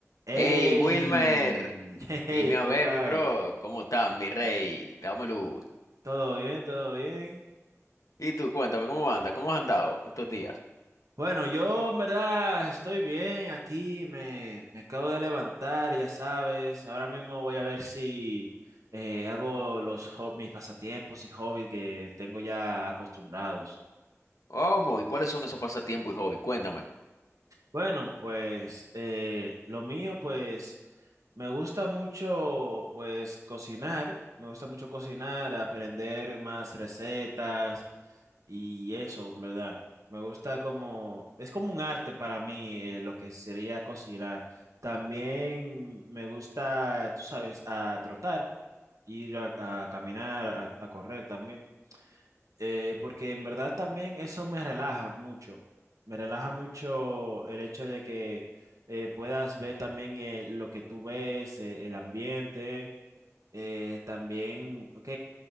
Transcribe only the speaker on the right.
Hey,
hey,
compay,
<laughs> ¿todo bien? ¿Todo bien?
Bueno, yo en verdad estoy bien aquí, me, me acabo de levantar, ya sabes, ahora mismo voy a ver si eh, hago los hob- mis pasatiempos y hobbies que tengo ya acostumbrados.
Bueno, pues eh, lo mío, pues me gusta mucho, pues cocinar, me gusta mucho cocinar, aprender más recetas y eso, en ¿verdad? Me gusta como, es como un arte para mí eh, lo que sería cocinar. También me gusta, tú sabes, a trotar, ir a, a caminar, a a correr también eh, porque en verdad también eso me relaja mucho. Me relaja mucho el hecho de que eh, puedas ver también eh, lo que tú ves, eh, el ambiente, eh, también, ok,